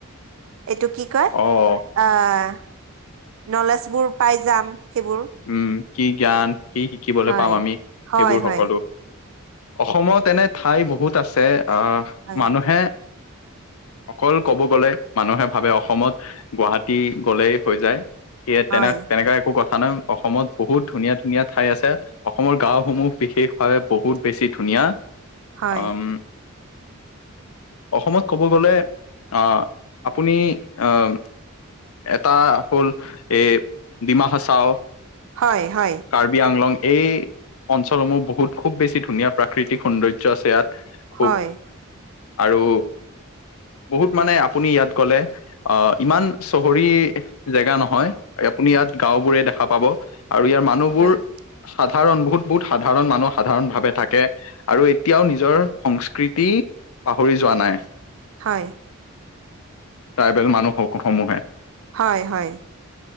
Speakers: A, on the right; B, on the left.
A: এইটো কি কয়-
B: অঁ অ।
A: আহ' নলেজ বোৰ পাই যাম সেইবোৰ।
B: উম' কি জ্ঞান কি শিকিবলৈ
A: হয়
B: পাম আমি
A: হয়
B: সেইবোৰ
A: হয়
B: সকলো। অসমত এনে ঠাই বহুত আছে আহ
A: হয়
B: মানুহে, অকল ক'ব গলে মানুহে ভাবে অসমত গুৱাহাটী গলেই হৈ যায়। ইয়াত তেনে
A: হয়
B: তেনেকা একো কথা নাই অসমত বহুত ধুনীয়া, ধুনীয়া ধুনীয়া ঠাই আছে অসমৰ গাও সমূহ বিশেষ ভাৱে বহুত বেছি ধুনীয়া।
A: হয়
B: আম, অসমত ক'ব গ'লে আহ' আপুনি আহ' এটা হ'ল এ ডিমা হাছাও।
A: হয় হয়।
B: কাৰ্বি আংলং এই অঞ্চলসমূহ বহুত খুব বেছি ধুনীয়া প্ৰাকৃতিক সৌন্দৰ্য আছে ইয়াত। খুব
A: হয়
B: আৰু, বহুত মানে আপুনি ইয়াত গ'লে অ' ইমান চহৰি জেগা নহয়। হয় আপুনি ইয়াত গাও বোৰে দেখা পাব। আৰু ইয়াৰ মানুহবোৰ
A: হয়
B: সাধাৰণ বহুত বহুত সাধাৰণ মানুহ সাধাৰণ ভাৱে থাকে। আৰু এতিয়াও নিজৰ সংস্কৃতি পাহৰি যোৱা নাই।
A: হয়।
B: ট্ৰাইবেল মানুহসকল সমূহে।
A: হয় হয়